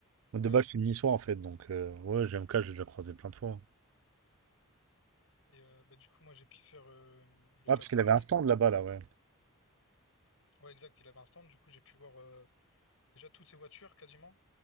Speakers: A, on the right; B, on the left.
A: moi, de
B: Ouais.
A: base, je suis niçois en fait, donc euh, ouais, GMK, j'ai déjà croisé plein de fois.
B: Et euh, bah, du coup, moi, j'ai pu faire euh, le
A: Ouais,
B: top
A: parce qu'il
B: marque.
A: avait un stand là-bas, là, ouais.
B: Ouais, exact, il avait un stand. Du coup, j'ai pu voir euh, Déjà, toutes ces voitures, quasiment.